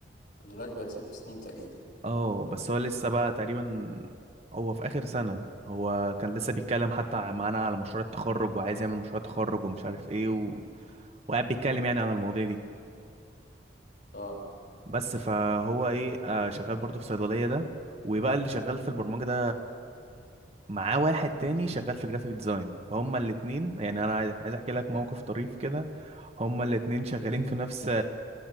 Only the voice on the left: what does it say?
دلوقتي بقت ست سنين تقريبا
اه